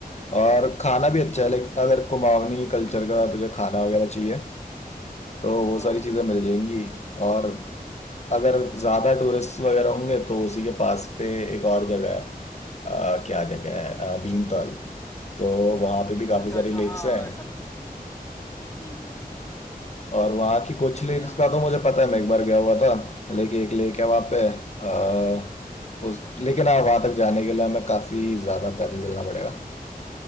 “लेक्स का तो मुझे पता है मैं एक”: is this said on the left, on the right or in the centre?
Left